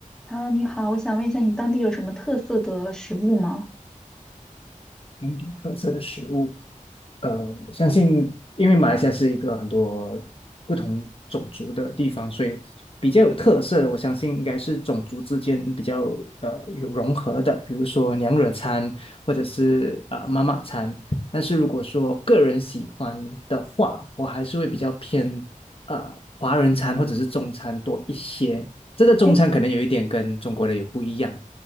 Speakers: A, in the centre; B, on the left (about 45°).
A: h e 你好，我想问一下，你当地有什么特色的食物吗？
B: 本地特色的食物，呃，我相信因为马来西亚是一个很多不同种族的地方，所以比较有特色的，我相信应该是种族之间比较呃有融合的，比如说娘惹餐或者是呃妈妈餐。但是如果说个人喜欢的话，我还是会比较偏呃华人餐或者是中餐多一些。这个中餐可能有一点跟中国的也不一样，
A: 哎，